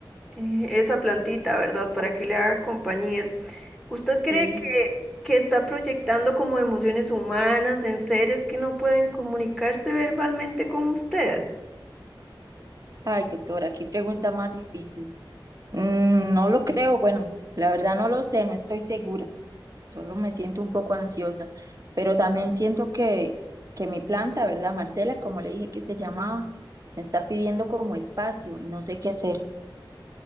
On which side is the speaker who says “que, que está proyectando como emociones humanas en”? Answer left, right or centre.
Centre